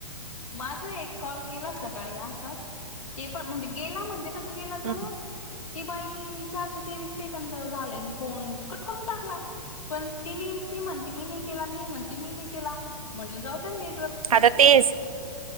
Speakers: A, on the left; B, on the right.
A: माझा एक कॉल गेला सकाळी असच ते पण म्हणजे गेला म्हणजे! कस गेला तो
B: हम्म.
A: ती बाई चारशे तेवीस सेकंद झाले अन् फोन. कट करून टाकला पण ति ती म्हणते मी नाही केला मी म्हणते? ते मी नाही केला म्हटलं जाऊ दया नेटवर्क,
B: आता तेच,